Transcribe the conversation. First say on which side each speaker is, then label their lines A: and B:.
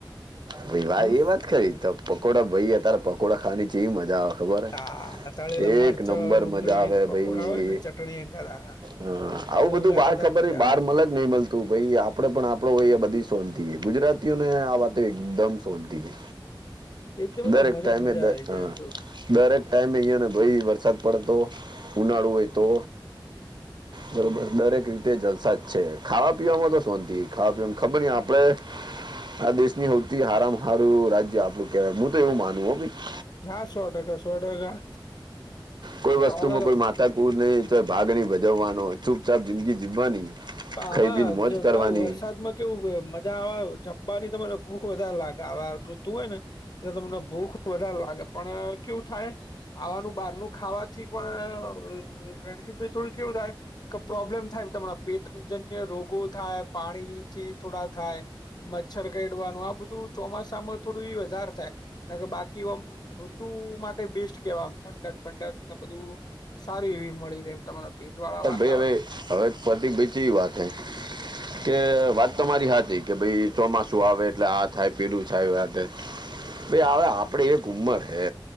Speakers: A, on the right (about 60°); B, on the left (about 50°).
A: ભાઈ હા
B: હમ
A: એ વાત ખરી તો પકોડા ભાઈ અત્યારે પકોડા ખાવાની છે એવી મજા આવે. ખબર
B: આ તળેલા
A: હે
B: મરચાં
A: એક નંબર
B: ડુંગળીને
A: મજા આવે
B: પકોડા
A: ભઈ.
B: હોય ને ચટણી હંગાત આહા
A: હા
B: પાઉ
A: આવું બધું
B: હંગાત
A: બાર
B: વધારે
A: ખબર
B: મજા
A: બહાર
B: આવે
A: મલે નય મળતું ભઈ આપડે પણ આપડો હોય એ બધી સોનંતી ગુજરાતીઓને આ વા દમ શોધતી
B: એકદમ એટલે
A: દરેક
B: મજા
A: ટાઈમે
B: મજા
A: અ
B: આઈ જાય શું હમ
A: દરેક ટાઈમ અહયા ને ભઈ વરસાદ પડે તો ઉનાળો હોય તો બરોબર
B: હમ
A: દરેક રીતે તે જલસા જ છે ખાવા પીવાવામાં તો શોંતિ ખાવા પીવાની ખબર ની આપડે આ દેશની હાવતી હારમાં હારું રાજ્ય આપડું કહેવાય મું તો એવું માન હો ભઈ -
B: હા સો ટકા સો ટકા
A: કોઈ વસ્તુ
B: આવવાના
A: માં
B: તો
A: કોઈ માતા ફૂટ નઈ કે ભાગની ભજવવાનો હોય ચૂપચાપ જિંદગી જીવવાની
B: પણ આમાં
A: ખઈપીને મોજ
B: જ
A: કરવાની
B: પાહુ વરસાદમાં કેવું મજા આવે જમવાની તમારે ભૂખ વધારે લાગે આવે ઋતુ હોય ને એટલે તમને ભૂખ વધારે લાગે પણ કેવું થાય આવાનું બહારનું ખાવાથી પણ રણજીત થોડું કેવું થાય પ્રોબ્લેમ થાય એમ તમારા પેટ જન્ય રોગો થાય પાણીથી થોડા ખાયે મચ્છર કડવાનું આ બધું ચોમાસામાં થોડું એ વધારે થાય. કે બાકી આમ ઋતુ માટે બેસ્ટ કેવા આમ ઠંડક બંડક ને બધું સારી એવી મળી રે એમ તમરા ભેજ વાળા વાત
A: એ હવે હવે પતિ બીચડી ચી વાત છે. કે વાત તમારી હાચી કે ભાઈ ચોમાસું આવે એટલે આ થાય પેલું થાય આ ભઈ આવે આપડે એક ઉંમર હે